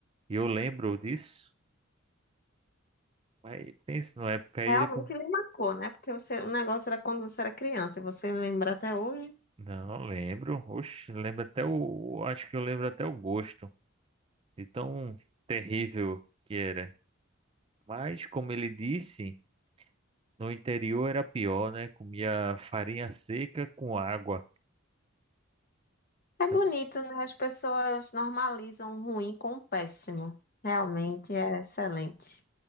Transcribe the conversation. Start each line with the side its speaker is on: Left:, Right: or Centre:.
Right: E eu lembro disso Mas pense na época aí
Left: Realmente
Right: ele. com-
Left: lhe marcou, né? Porque você- o negócio era quando você era criança e você lembra até hoje.
Right: Não, lembro. Oxe, lembro até o. Acho que eu lembro até o gosto de tão terrível que era. Mas, como ele disse, no interior era pior, né? Comia farinha seca com água.
Left: É
Right: Então,
Left: bonito, né? As pessoas normalizam o ruim com o péssimo. Realmente é excelente.